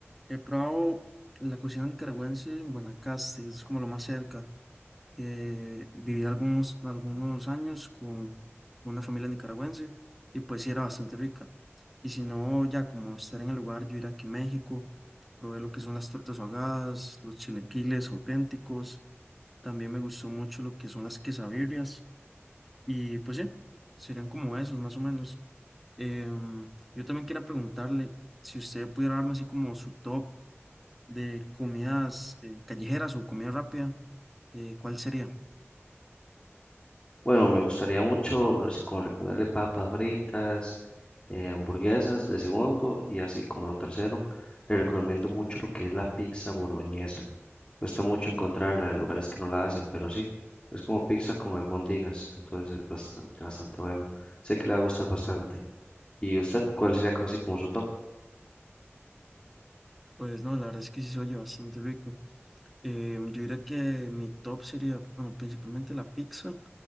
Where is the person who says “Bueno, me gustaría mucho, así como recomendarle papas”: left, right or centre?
Left